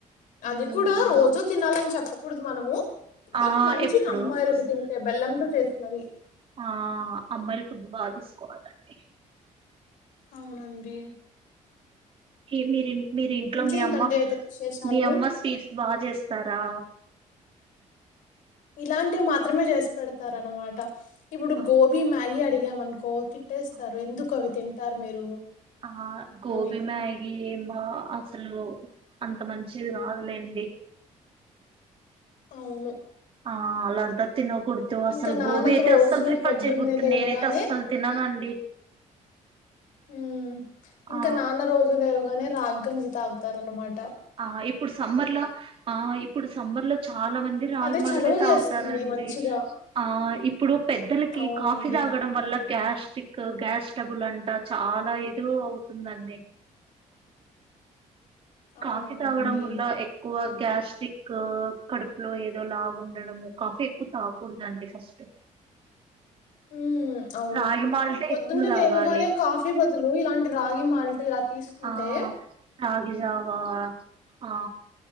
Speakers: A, on the left; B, on the right.
A: అది
B: హ్మ్.
A: కూడా రోజూ తినాలని చెప్పకూడదు మనము బట్
B: ఆ
A: మంచిది
B: ఎప్పుడు
A: అమ్మాయిలకి
B: ఒకసారి
A: తింటే బెల్లంతో చేసినవి
B: ఆ అమ్మాయిలు ఫుడ్ బాగా తీసుకోవాలండి
A: అవున అండి
B: మీ మీరు మీరు ఇంట్లో
A: ఇంకేంటండి
B: మీ అమ్మ
A: అయితే విశేషాలు?
B: మీ అమ్మ స్వీట్స్ బాగా చేస్తారా
A: ఇలాంటివి మాత్రమే చేసి పెడతారు అన్నమాట ఇప్పుడు
B: అవును
A: గోబీ మ్యాగీ అడిగాము అనుకో తిట్టేస్తారు
B: అవును.
A: ఎందుకు అవి తింటారు మీరు
B: ఆ గోభి
A: అని.
B: మ్యాగీ ఎం బా అస అసలు అంత మంచిది కాదులేండి
A: అవును
B: ఆ అలాంత తినకూడదు అసలు
A: ఇంకా నాన్నకు
B: గోబీ అయితే
A: రోజు
B: అస్సలు ప్రిఫర్
A: పొద్దున్నే
B: చేయకూడదు
A: లేవగానే
B: నేను అయితే అస్సలు తిననండి
A: హు ఇంకా
B: ఆ
A: నాన్న రోజు లేవగానే రాగి గంజి తాగుతారు అన్నమాట
B: ఆ ఇప్పుడు సమ్మర్ లో ఆ ఇప్పుడు సమ్మర్ లో చాలా మంది రాగి
A: అదే
B: మల్టీ
A: చలువ
B: తాగుతారు
A: చేస్తుంది
B: అ అండి
A: మంచిగా.
B: ఆ ఇప్పుడు పెద్దలకి
A: అవునండి.
B: కాఫీ తాగడం వల్ల గ్యాస్క్ గ్యాస్ డబుల్ అంటా చాలా ఇద అవుతుందండి
A: అవునవునండి.
B: కాఫీ తాగడం వల్ల ఎక్కువ గ్యాస్ట్రిక్ కడుపులో ఏదో లాగ ఉండడము కాఫీ ఎక్కువ తాగుదండి ఫస్ట్
A: హ్మ్. అవును
B: రాగి మాల్టే
A: పొద్దున్నే
B: ఎక్కువ తాగాలి
A: లేవగానే కాఫీ బదులు ఇలాంటి రాగి మాల్ట్ ఇలా తీసుకుంటే
B: ఆ రాగి జావా ఆ